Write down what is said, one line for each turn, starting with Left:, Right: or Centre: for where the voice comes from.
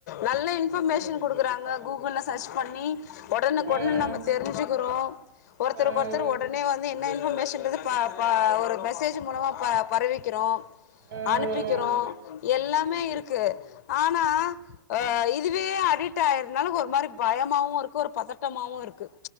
Left: நல்ல இன்ஃபர்மேஷன் கொடுக்குறாங்க கூகுல்லா சர்ச் பண்ணி உடனுக்குடனே
Right: ம்
Left: நம்ம தெரிஞ்சுக்கிறோ ஒருத்தருக்கு
Right: ம்
Left: ஒருத்தர் உடனே வந் து என்ன இன்ஃபர்மேஷன்றது பா பா ஒரு மெசேஜ் மூலமா பா பரவிக்கிறு
Right: ம்
Left: அனுப்பிக்கிறோ எல்லாமே இருக்கு ஆனா அ இதுவே அடிட் ஆயிருந்தாலு ஒரு மாரி பயமாவு இருக்கு ஒரு பதட்டமாவு இருக்கு